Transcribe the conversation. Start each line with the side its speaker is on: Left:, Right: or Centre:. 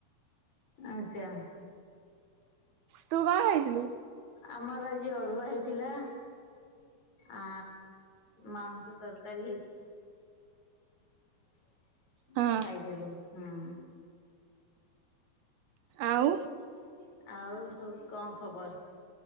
Left: ଆଛା।
Right: ତୁ କଣ ଖାଇଥିଲୁ?
Left: ଆମର ଆଜି ଅରୁଆ ହେଇ ପିଲା। ଆ ମାଉସ ତରକାରୀ। <inaudible>
Right: ହଁ
Left: ଖାଇଥିଲୁ? ହୁଁ।
Right: ଆଉ
Left: <inaudible> ଆଉ ସବୁ କଣ? ଖବର।